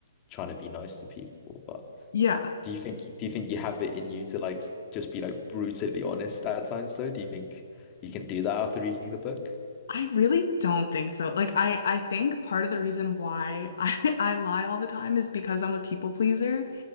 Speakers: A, on the left; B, on the left.
A: trying to be nice to people. But
B: Yeah.
A: do you think do you think you have it in you to like s- just be like brutally honest at times though? Do you think you can do that after reading the book?
B: I really don't think so. Like I I think part of the reason why I <laughs> I lie all the time is because I'm a people pleaser.